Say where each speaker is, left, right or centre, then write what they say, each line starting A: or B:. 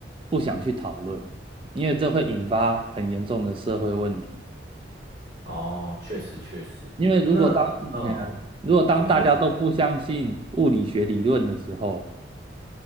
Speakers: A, on the right (about 25°); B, on the right (about 55°).
A: 不想去讨论，因为这会引发很严重的社会问题。
B: 哦，确实确实。
A: 因为如果当哎呀，
B: 那嗯，
A: 如果当大家都不相信物理学理论的时候，
B: 请说，请说，